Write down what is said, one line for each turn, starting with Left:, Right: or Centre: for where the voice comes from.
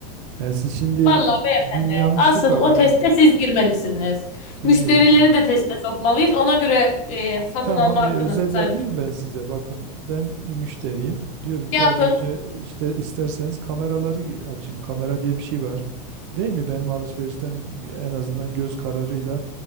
Right: Yani siz şimdi
Left: Vallahi beyefendi
Right: bir yanlışlık
Left: asıl
Right: var
Left: o
Right: bakın.
Left: teste siz girmelisiniz.
Right: Şimdi
Left: Müşterileri
Right: e,
Left: de teste sokmalıyız. Ona göre e, satın
Right: tamam
Left: alma hakkına
Right: bir özet
Left: sahip.
Right: yapayım mı ben size? Bakın ben bir müşteriyim. Diyorum ki
Left: Yapın.
Right: az önce işte isterseniz kameraları açın. Kamera diye bir şey var. Değil mi? Benim alışverişten en azından göz kararıyla